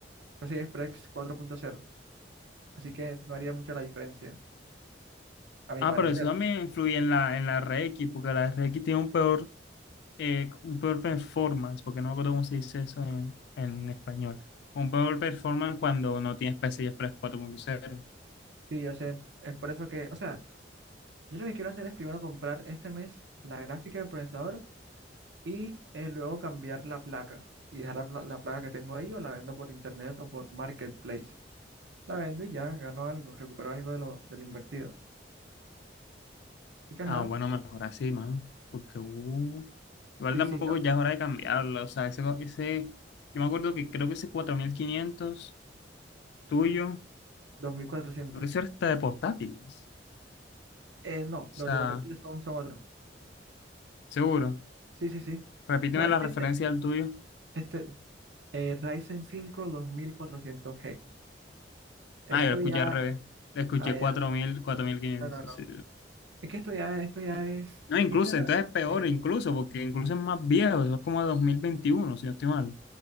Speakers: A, on the right; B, on the left.
A: PCI Express 4.0, así que no haría mucha la diferencia, a mi
B: Ah,
A: parecer.
B: pero eso también influye en la, en la RX, porque la RX tiene un peor, eh, un peor performance, porque no me acuerdo cómo se dice eso en, en español. Un peor performance cuando no tienes PCI Express 4.0.
A: Sí, yo sé, es por eso que, o sea, yo lo que quiero hacer es primero comprar este mes la gráfica del procesador y eh, luego cambiar la placa y dejar la, pla- la placa que tengo ahí o la vendo por internet o por marketplace. La vendo y ya gano algo, recupero algo de lo, de lo invertido. Y que, ajá,
B: Ah, bueno, mejor así, man. Porque, uh, igual
A: sí,
B: tampoco
A: sí, ta-
B: ya es hora de cambiarlo. O sea, ese, ese, yo me acuerdo que creo que ese 4500 tuyo,
A: 2.400.
B: creo que eso era hasta de portátiles.
A: Eh, no,
B: O sea,
A: los de portátiles son, son otros.
B: seguro.
A: Sí, sí, sí.
B: Repíteme
A: O sea,
B: la
A: es
B: referencia
A: que este,
B: del tuyo.
A: este eh, Ryzen cinco dos mil cuatrocientos g Esto
B: Ah, yo lo escuché
A: ya,
B: al revés. Lo escuché
A: ah, ya,
B: 4.000, 4.500.
A: no, no, no.
B: Así,
A: Es que esto ya, esto ya es
B: No, incluso,
A: quinta generación,
B: entonces es peor,
A: viejito.
B: incluso, porque incluso es más viejo, eso es como 2021 si no estoy mal.